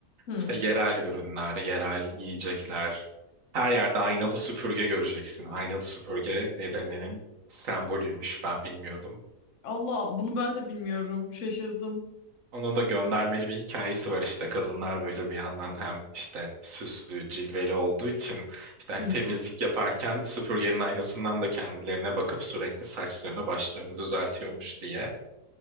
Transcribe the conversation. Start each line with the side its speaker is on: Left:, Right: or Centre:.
Left: Hı.
Right: İşte yerel ürünler, yerel yiyecekler. Her yerde aynalı süpürge göreceksin. Aynalı süpürge Edirne'nin sembolüymüş. Ben bilmiyordum.
Left: Allah bunu ben de bilmiyorum. Şaşırdım.
Right: Onun da göndermeli bir hikayesi var işte kadınlar böyle bir yandan hem işte süslü, cilveli olduğu için işte hani
Left: Hı.
Right: temizlik yaparken süpürgenin aynasından da kendilerine bakıp sürekli saçlarını başlarını düzeltiyormuş diye